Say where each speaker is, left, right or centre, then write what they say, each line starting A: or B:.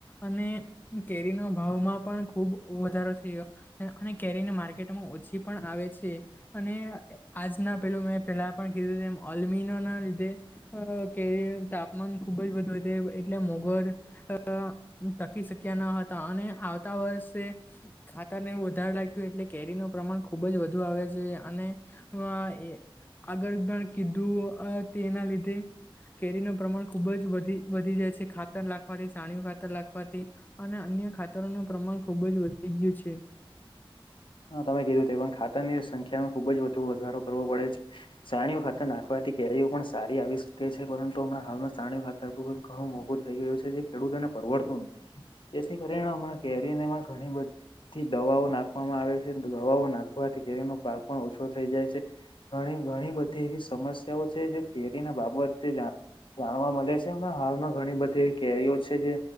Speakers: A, on the left (about 20°); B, on the left (about 60°).
A: અને તે કેરીનો ભાવમાં પણ ખુબ વધારો છે. ઓ અને કેરીને માર્કેટમાં ઓછી પણ આવે છે, અને આજના પેલું મેં પેલા પણ કીધું એમ ઓલ્મીનોના લીધે કેરી તાપમાન ખુબ જ વધ વધી અને મોંઘવારી આ ટકી શક્યા ન હતા અને આવતા વર્ષે ખાતરને એવું વધારે લાગ્યું એટલે કેરીનું પ્રમાણ ખુબજ વધુ આવ્યા છે, અને આ આગળ પણ કીધું તેના લીધે કેરીનું પ્રમાણ ખુબજ વધી વધી જાય છે ખાતર નાખવાથી છાણયું ખાતર નાખવાથી અને અન્ય અન્ય ખાતરોનું પ્રમાણ ખુબજ વધી ગયું છે
B: હા તમે કીધું તે પણ ખાતરની સંખ્યામાં ખુબજ વધુ વધારો કરવો પડે છે, છાણિયું ખાતર નાખવાથી કેરીઓ પણ સારી આવી શકે છે, પરંતુ હમણાં હાલમાં છાણિયું ખાતર થતું ઘણું મોઘું થઈ ગયું છે, જે ખેડૂતને પરવડતું જેથી કરીને હમણા કેરીઓમાં ઘણી અને બધી દવાઓ નાખવામાં આવે છે દવાઓ નાખવાથી કેરીનો પાક પણ ઓછો થઈ જાય છે ઘણી ઘણી બધી એવી સમસ્યાઓ છે જે કેેરી ના બાબતે જાણ જાણવા મળે છે અને હાલમાં ઘણી બધી તે કેરીઓ છે તે